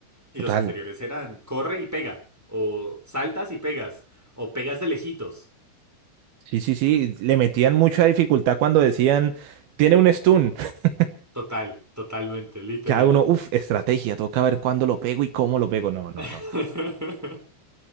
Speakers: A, in the centre; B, on the right.
A: Y
B: Total.
A: los anteriores eran corre y pega, o saltas y pegas, o pegas de lejitos.
B: Sí, sí, sí, le metían mucha dificultad cuando decían, tiene un stun. <laughs>
A: Total, totalmente, literal.
B: Ya uno, uff, estrategia, toca ver cuándo lo pego y cómo lo pego. No, no,
A: <laughs>
B: no.